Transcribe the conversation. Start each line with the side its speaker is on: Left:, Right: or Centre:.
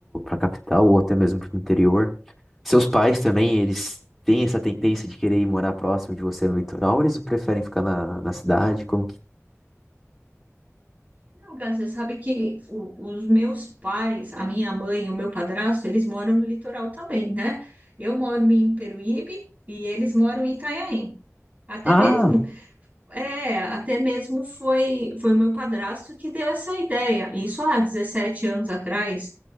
Centre: a capital ou até mesmo para o interior? Seus pais também, eles têm essa tendência de querer ir morar próximo de você no litoral ou eles preferem ficar na, na cidade? Como que...
Right: Não, Gás, você sabe que o- os meus pais, a minha mãe e o meu padrasto, eles moram no litoral também, né? Eu moro em Peruíbe e eles moram em Itanhaém. Até
Centre: Ah,
Right: mesmo, é, até mesmo foi foi o meu padrasto que deu essa ideia. Isso há 17 anos atrás,